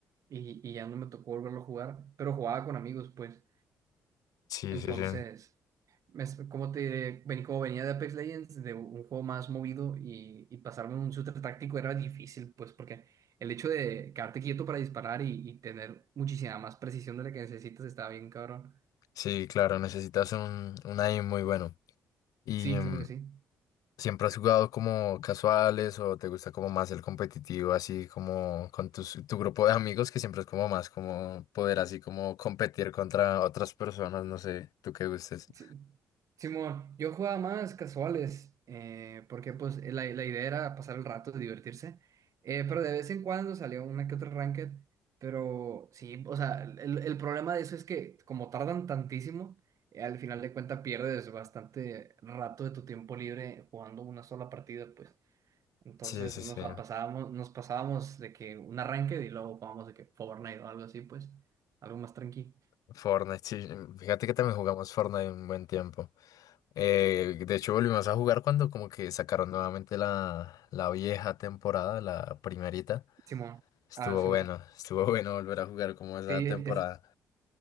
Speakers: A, on the right; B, on the left.
A: y, y ya no me tocó volverlo a jugar, pero jugaba con amigos, pues.
B: Sí,
A: Entonces,
B: sí, sí.
A: como ¿cómo te diré? Vení, como venía de Apex Legends, de un juego más movido y, y pasarme a un shooter táctico era difícil, pues, porque el hecho de quedarte quieto para disparar y, y tener muchísima más precisión de la que necesitas estaba bien, cabrón.
B: Sí, claro, necesitas un, un aim muy bueno. ¿Y
A: Sí,
B: mm,
A: claro que sí.
B: siempre has jugado como casuales o te gusta como más el competitivo, así como con tus, tu grupo de amigos, que siempre es como más como poder así como competir contra otras personas, no sé, tú qué gustes?
A: Sí, Simón, yo jugaba más casuales, eh, porque pues eh, la, la idea era pasar el rato, divertirse, eh, pero de vez en cuando salía una que otra ranked, pero sí, o sea, el, el problema de eso es que como tardan tantísimo, eh, al final de cuentas pierdes bastante rato de tu tiempo libre jugando una sola partida, pues. Entonces
B: Sí, sí,
A: nos
B: sí.
A: la pasábamos, nos pasábamos de que una ranked y luego jugábamos de que Fortnite o algo así, pues, algo más tranqui.
B: Fortnite, sí. em, Fíjate que también jugamos Fortnite un buen tiempo. Eh, de hecho, volvimos a jugar cuando como que sacaron nuevamente la, la vieja temporada, la primerita.
A: Simón,
B: Estuvo
A: ah, Simón.
B: bueno, estuvo <laughs> bueno volver a jugar como esa
A: Sí,
B: temporada.